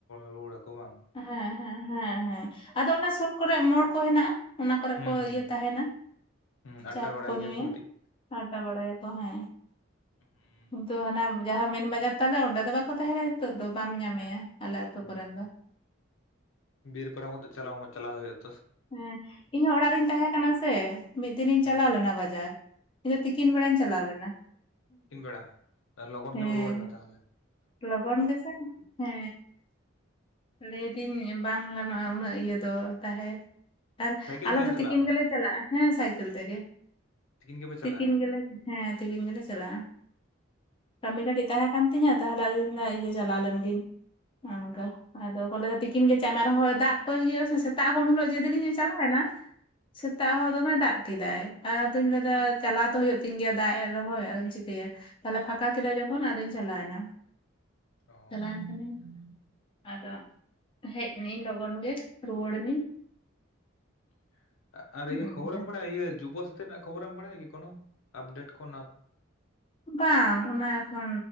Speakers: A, on the left; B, on the left.
A: ᱨᱩᱣᱟᱹᱲᱟᱠᱚ ᱵᱟᱝ
B: ᱦᱮᱸ ᱦᱮᱸ ᱦᱮᱸ ᱦᱮᱸ ᱟᱫᱚ ᱚᱱᱟ ᱥᱩᱨ ᱠᱚᱨᱮ ᱢᱳᱲ ᱠᱚ ᱦᱮᱱᱟᱜᱼᱟ ᱚᱱᱟ ᱠᱚᱨᱮ
A: ᱦᱩᱸ
B: ᱠᱚ
A: ᱦᱩᱸ
B: ᱤᱭᱟᱹ ᱛᱟᱦᱮᱱᱟ᱾
A: ᱦᱩᱸ ᱟᱰᱰᱟ
B: ᱪᱟ ᱠᱚᱠᱚ
A: ᱵᱟᱲᱟᱭ ᱜᱮᱭᱟ
B: ᱧᱩᱭᱟ
A: ᱠᱚ ᱠᱟᱹᱴᱤᱡ
B: ᱟᱨᱰᱟᱟᱣ ᱵᱟᱲᱟᱭᱟᱠᱚ ᱦᱮᱸ
A: ᱦᱮᱸ
B: ᱠᱤᱱᱛᱩ ᱦᱟᱱᱟ ᱡᱟᱦᱟᱸ ᱢᱮᱱ ᱵᱟᱡᱟᱨ ᱛᱟᱞᱮ ᱚᱸᱰᱮ ᱫᱚ ᱵᱟᱠᱚ ᱛᱟᱦᱮᱸᱟᱸᱱᱟ ᱱᱤᱛᱚᱜ ᱫᱚ ᱵᱟᱢ ᱧᱟᱢᱮᱭᱟ ᱟᱞᱮ ᱟᱛᱩᱳ
A: ᱦᱩᱸ
B: ᱠᱚᱨᱮᱱ ᱫᱚᱼᱼ
A: ᱵᱤᱨ ᱯᱟᱨᱚᱢ ᱠᱟᱛᱮᱮᱫ ᱪᱟᱞᱟᱣ ᱦᱚᱸ ᱪᱟᱞᱟᱣ ᱦᱩᱭᱩᱜᱼᱟ᱾
B: ᱦᱮᱸ ᱤᱧ ᱦᱚᱸ ᱚᱲᱟᱜ ᱨᱤᱧ ᱛᱟᱦᱮᱸ ᱠᱟᱱᱟ ᱥᱮ ᱢᱤᱫ ᱫᱤᱱ ᱤᱧ
A: ᱦᱩᱸ
B: ᱪᱟᱞᱟᱣ ᱞᱮᱱᱟ ᱵᱟᱡᱟᱨ ᱤᱧ ᱫᱚ ᱛᱤᱠᱤᱱ ᱵᱮᱲᱟᱧ ᱪᱟᱞᱟᱣ ᱞᱮᱱᱟ᱾
A: ᱛᱤᱱ ᱵᱮᱲᱟ ᱟᱨ ᱞᱚᱜᱚᱱ
B: ᱦᱮᱸ
A: ᱠᱢ ᱨᱩᱣᱟᱹᱲ ᱱᱟ ᱛᱟᱦᱚᱞᱮᱼᱼ
B: ᱞᱚᱜᱚᱱ ᱜᱮᱥᱮ ᱦᱮᱸ ᱞᱟᱹᱭᱫᱤᱧ ᱵᱟᱝ ᱜᱟᱱᱚᱜᱼᱟ ᱩᱱᱟᱹᱜ ᱤᱭᱟᱹ ᱫᱚ ᱛᱟᱦᱮᱸᱼᱼ ᱟᱨ
A: ᱥᱟᱭᱠᱮᱞ
B: ᱟᱞᱮ
A: ᱛᱮᱜᱮᱢ
B: ᱫᱚ
A: ᱪᱟᱞᱟᱣ
B: ᱛᱤᱠᱤᱱ
A: ᱞᱮᱱᱟ
B: ᱜᱮᱞᱮ ᱪᱟᱞᱟᱜᱼᱟ ᱦᱮᱸ ᱥᱟᱭᱠᱮᱞ ᱛᱮᱜᱮᱼᱼ
A: ᱜᱮᱯᱮ ᱪᱟᱞᱟᱜᱼᱟ
B: ᱛᱤᱠᱤᱱ ᱜᱮᱞᱮ ᱦᱮᱸ ᱛᱤᱠᱤᱱ ᱜᱮᱞᱮ ᱪᱟᱞᱟᱜᱼᱟ ᱠᱟᱹᱢᱤ ᱠᱟᱹᱴᱤᱡ ᱛᱟᱦᱮᱸ ᱠᱟᱱᱟᱱ ᱛᱤᱧᱟᱹ ᱛᱟᱦᱚᱞᱮ ᱫᱤᱱ ᱤᱭᱟᱹ ᱪᱟᱞᱟᱣ ᱞᱮᱱ ᱜᱤᱧ ᱚᱱᱠᱟ᱾ ᱟᱫᱚ ᱠᱚ ᱞᱟᱹᱭᱟ ᱛᱤᱠᱤᱱ ᱜᱮ ᱪᱟᱜ ᱢᱮ ᱨᱮᱦᱚᱸ ᱫᱟᱜ ᱠᱚ ᱦ ᱦᱩᱭᱩᱜᱼᱟ ᱥᱮᱛᱟᱜ ᱩᱱ ᱦᱤᱞᱳᱜ ᱡᱮᱫᱤᱱᱤ ᱤᱧᱚᱜ ᱪᱟᱞᱟᱣᱮᱱᱟ᱾ ᱥᱮᱛᱟᱜ ᱦᱚᱸ ᱫᱚᱢᱮ ᱫᱟᱜ ᱠᱮᱫᱟᱭ ᱟᱫᱚᱧ ᱞᱟᱹᱭᱫᱟ ᱪᱟᱞᱟᱣ ᱛᱳ ᱦᱩᱭᱩᱜᱳ ᱛᱤᱧ ᱜᱮᱭᱟ ᱫᱟᱜ ᱮᱜ ᱨᱮᱚᱦᱚᱸ ᱟᱚᱢ ᱪᱤᱠᱟᱹᱭᱟ᱾ ᱛᱟᱦᱞᱮ ᱯᱷᱟᱸᱠᱟ ᱠᱮᱫᱟ ᱡᱚᱠᱷᱚᱱ ᱟᱫᱚᱧ ᱪᱟᱞᱟᱣᱮᱱᱟ᱾
A: ᱚ
B: ᱪᱟᱞᱟᱣᱮᱱ ᱠᱟᱹᱹᱧ ᱟᱫᱚ ᱦᱮᱡ ᱱᱟᱹᱧ ᱞᱚᱜᱚᱱ ᱜᱮ ᱨᱩᱣᱟᱹᱲ ᱮᱱᱟᱹᱧᱼᱼ
A: <inaudible> ᱟᱨ ᱤᱭᱟᱹ
B: ᱚᱱᱠᱟ
A: ᱠᱷᱚᱵᱚᱨᱮᱢ ᱵᱟᱲᱟᱭᱟ ᱡᱩᱵ ᱥᱟᱛᱮ ᱨᱮᱱᱟᱜ ᱠᱷᱚᱵᱚᱨᱮᱢ ᱵᱟᱲᱟᱭᱟ ᱠᱤ ᱠᱳᱱᱳ ᱟᱯᱰᱮᱴ ᱠᱚᱱᱟᱜᱼᱼ
B: ᱵᱟᱝ ᱚᱱᱟ ᱮᱠᱷᱚᱱ